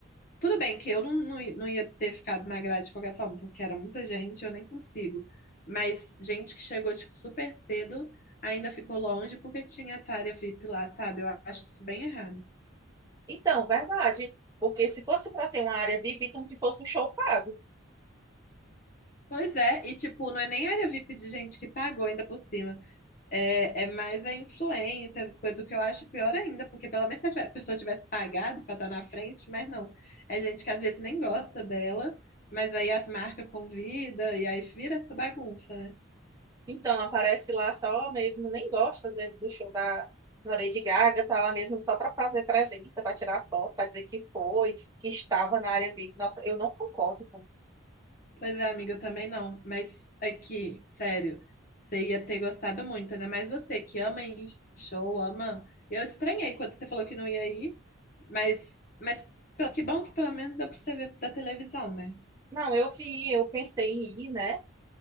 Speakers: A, on the left; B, on the right.
A: tudo bem que eu não, não, i- não ia ter ficado na grade de qualquer forma, porque era muita gente, eu nem consigo. Mas gente que chegou, tipo, super cedo, ainda ficou longe porque tinha essa área VIP lá, sabe? Eu acho isso bem errado.
B: Então, verdade. Porque se fosse para ter uma área VIP, então que fosse um show pago.
A: Pois é, e tipo, não é nem área VIP de gente que pagou ainda por cima. É, é mais a influência, as coisas, o que eu acho pior ainda, porque pelo menos se a tive- a pessoa tivesse pagado para estar na frente, mas não. É gente que às vezes nem gosta dela, mas aí as marcas convida e aí vira essa bagunça, né?
B: Então, aparece lá só mesmo, nem gosta às vezes do show da, da Lady Gaga, tá lá mesmo só para fazer presença, para tirar foto, para dizer que foi, que estava na área VIP. Nossa, eu não concordo com isso.
A: Pois é, amiga, eu também não. Mas aqui, sério, você ia ter gostado muito, ainda mais você que ama ir em show, ama. Eu estranhei quando você falou que não ia ir, mas, mas que bom que pelo menos deu pra você ver da televisão, né?
B: Não, eu vi, eu pensei em ir, né?